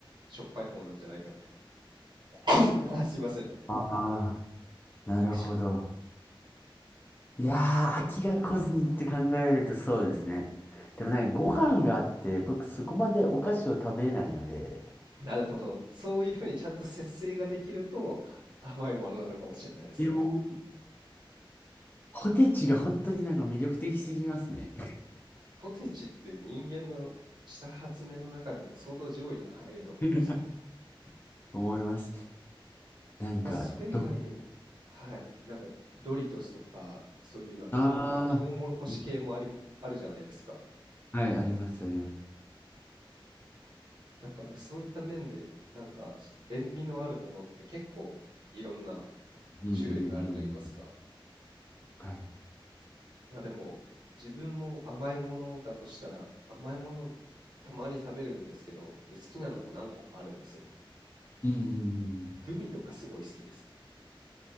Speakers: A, on the right; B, on the left.
A: しょっぱい方なんじゃないかな。<laughs> あ、すいません。
B: ああ、なるほど。
A: くしゃ
B: いやー、飽きが来ずにって考えるとそうですね。でもなんかご飯があって、僕そこまでお菓子を食べないので、
A: なるほど。そういうふうにちゃんと節制ができると、甘いものなのかもしれないですね。
B: でも、ポテチが本当になんか魅力的すぎますね。
A: ポテチって人間のした発明の中でも相当上位に入ると思いますよね。
B: <laughs> 思います。なんか、
A: まあ、それ以外にも、
B: ど、
A: はい、なんかドリトスとか、そういうなんかトウモロコシ系もありあるじゃないですか。
B: ああー、いはい、あります、あります。
A: だからそういった面で、なんか塩味のあるものって結構いろんな
B: うんうんうん。
A: 種類があると言いますか。
B: はい。
A: まあでも、自分も甘いものだとしたら、甘いものたまに食べるんですけど、で、好きなのも何個かあるんですよ。
B: うんうん
A: グミとかすごい好きです。